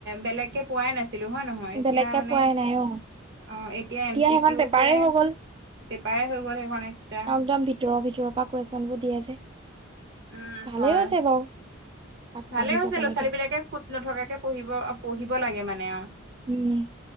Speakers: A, on the right (about 55°); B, on the right (about 25°).
A: বেলেগকে পোৱাই নাছিলো হয় নহয়। এতিয়া
B: বেলেগকে
A: মানে
B: পোৱাই নাই অ
A: অ এতিয়া এম চি
B: সেইখন
A: কিউ
B: পেপাৰেই
A: টোৱে
B: হৈ গ'ল
A: পেপাৰে হৈ গ'ল সেইখন এক্সট্ৰা।
B: একদম ভিতৰৰ ভিতৰৰ পৰা কুৱেশচন বোৰ দিয়ে যে
A: উম
B: ভালেই
A: হয়।
B: হৈছে বাৰু আগবাঢ়ি
A: ভালে হৈছে
B: যাব
A: ল'ৰা
B: লাগে
A: ছোৱালী বিলাকে খুত নথকাকে পঢ়িব পঢ়িব লাগে মানে আৰু।
B: উম